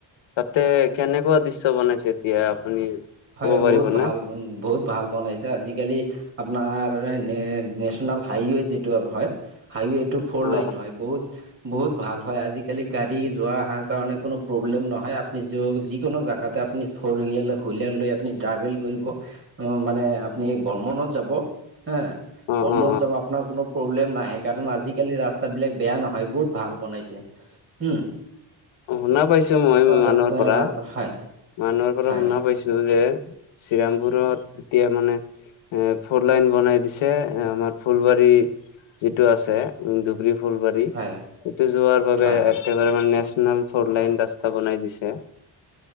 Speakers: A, on the left; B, on the right.
A: তাতে কেনেকুৱা দৃশ্য বনাইছে এতিয়া আপুনি
B: হয়,
A: ক'ব পাৰিব
B: বহুত
A: নে?
B: ভাল, বহুত ভাল বনাইছে আজিকালি আপোনাৰ এ মানে নেচনেল হাইৱে যিটো হয়, হাইৱেটো ফ'ৰ
A: অ
B: লাইন হয়, বহুত বহুত ভাল হয়, আজিকালি গাড়ী যোৱা আহাৰ কাৰণে কোনো প্ৰব্লেম নহয়, আ <unintelligible> যিকোনো জাগাতে আপুনি ফ'ৰ <unintelligible> <unintelligible> লৈ আপুনি ট্ৰাভেল কৰিব, মানে আপুনি ব্ৰহমনত যাব। হা,
A: অ অ
B: ভ্ৰমণ
A: অ
B: যাব আপোনাৰ কোনো প্ৰব্লেম নাই। কাৰণ আজিকালি ৰাস্তাবিলাক বেয়া নহয়, বহুত ভাল বনাইছে, হম।
A: অ', শুনা পাইছোঁ মই মানুহৰ
B: ৰাস্তা
A: পৰা,
B: ৰাস্তা হয়
A: মানুহৰ পৰা
B: হয়
A: শুনা পাইছোঁ যে শ্ৰীৰামপুৰত এতিয়া মানে এ ফ'ৰ লাইন বনাই দিছে, আমাৰ ফুলবাৰী যিটো আছে উম, ধুবৰী ফুলবাৰী,
B: হয়
A: সেইটো যোৱাৰ বাবে
B: হয় হয়
A: একেবাৰে মানে ইমান ফ'ৰ লাইন ৰাস্তা বনাই দিছে,